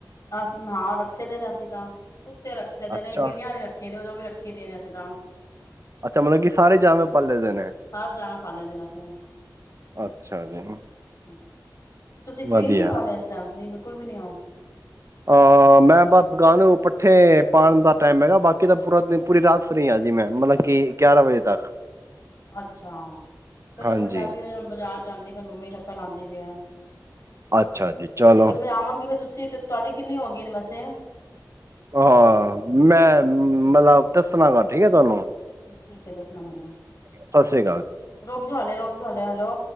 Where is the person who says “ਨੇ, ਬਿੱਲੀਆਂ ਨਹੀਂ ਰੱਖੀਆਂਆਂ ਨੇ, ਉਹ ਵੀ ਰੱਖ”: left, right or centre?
Left